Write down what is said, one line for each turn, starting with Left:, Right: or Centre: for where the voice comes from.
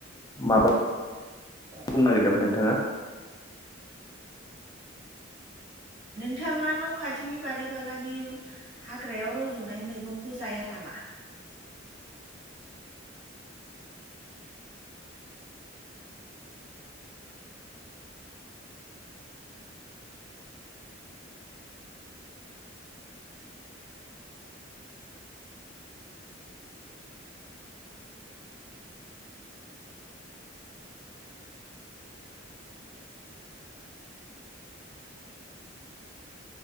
Left: माबा बुंनो
Right: अ
Left: नागिरदोंमोन नोंथाङा
Right: नोंथाङा न खाथिनि बारि बालानि हाग्रायाव रजनाय मैगंखौ जाया नामा?